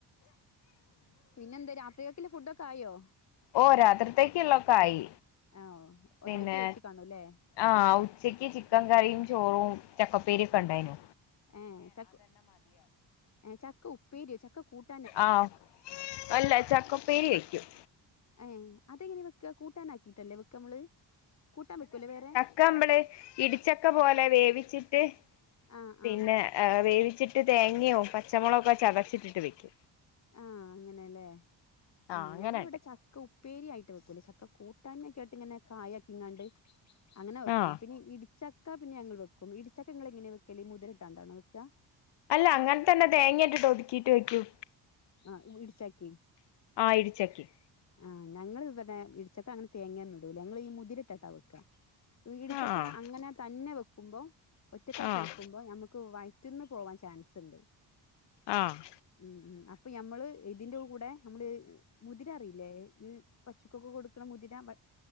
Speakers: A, on the left; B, on the left.
A: പിന്നെന്ത് രാത്രികക്കുള്ള ഫുഡൊക്കായോ
B: ഓഹ് രാത്രിത്തേക്കുള്ളൊക്കായി
A: ആ
B: പിന്നെ
A: ഒന്നായിട്ട് വെച്ച് കാണൂല്ലേ
B: ആഹ് ഉച്ചയ്ക്ക് ചിക്കൻ കറിയും ചോറും ചക്കപ്പേരി ഒക്കെ ഒണ്ടായിനു
A: ഏഹ് ചക്കു എ ചക്ക ഉപ്പേരി ചക്ക കൂട്ട്
B: ആഹ് അല്ല ചക്കപ്പേരി വെയ്ക്കും
A: ഏഹ് അതെങ്ങനെ വെക്ക കൂട്ടാനാക്കിട്ടല്ലേ വെക്കമ്മള് കൂട്ടാൻ വെക്കുല്ലേ വേറെ
B: ക്കമ്മള് ഇടിച്ചക്ക പോലെ വേവിച്ചിട്ട്
A: ആ
B: പിന്നെ
A: ആ
B: വേവിച്ചിട്ട് തേങ്ങയോ പച്ച മൊളകോ ചതച്ചിട്ടിട്ട് വെക്കും
A: ആഹ് അങ്ങനെല്ലേ
B: ആഹ്
A: ഉം
B: അങ്ങനെണ്ട്
A: ഞങ്ങളിവിടെ ച ക്ക ഉപ്പേരി ആയിട്ട് വെക്കൂല ചക്ക കൂട്ടാനെക്കെ ആയിട്ട് ഇങ്ങനെ കായക്കിങ്ങാണ്ട് അങ്ങനെ വെക്കും
B: ആഹ്
A: പിന്നെ ഇടിച്ച ക്ക പിന്നെ ഞങ്ങള് വെക്കും ഇടിച്ചക്ക ങ്ങള് എങ്ങനെ വെക്കല് മുതിര ഇട്ടാണ്ടാണോ വെക്ക
B: അല്ല അങ്ങനെ തന്നെ തേങ്ങയിട്ടിട്ട് ഒതുക്കീട്ട് വെക്കും
A: ആഹ് ഇട്ചക്കും
B: ആഹ് ഇടിച്ചക്കിം
A: ആഹ് ഞങ്ങള് ഇവടെ ഇടിച്ചക്ക അങ്ങനെ തേങ്ങെന്നുടൂല ഞങ്ങള് ഈ മുതിര ഇട്ടട്ടാ വെക്കാ തുടിച്ചക്ക
B: ആഹ്
A: അങ്ങനെ തന്നെ വെക്കുമ്പോ ഒറ്റക്കാക്കി
B: ആഹ്
A: വെക്കുമ്പോ നമ്മക്ക് വയറ്റിന്ന് പോവാൻ ചാൻസ് ഇണ്ട്
B: ആഹ്
A: ഉം ഉം അപ്പൊ ഞമ്മള് ഇതിന്റെ കൂടെ ഞമ്മള് മുതിര അറിയി ല്ലേ പശുക്കൊക്ക് കൊടുക്കുന്ന മുതിര ബ